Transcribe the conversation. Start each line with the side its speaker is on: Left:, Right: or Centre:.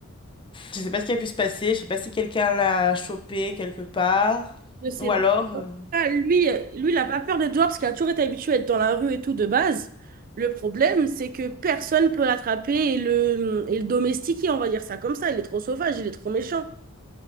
Left: Je sais pas ce qui a pu se passer. Je sais pas si quelqu'un l'a chopé quelque part
Right: Je sais
Left: ou
Right: pas.
Left: alors. euh,
Right: En tout cas, Lui, euh, lui, il n'a pas peur de dehors parce qu'il a toujours été habitué à être dans la rue et tout de base. Le problème, c'est que personne peut l'attraper et le, et le domestiquer, on va dire ça comme ça. Il est trop sauvage, il est trop méchant.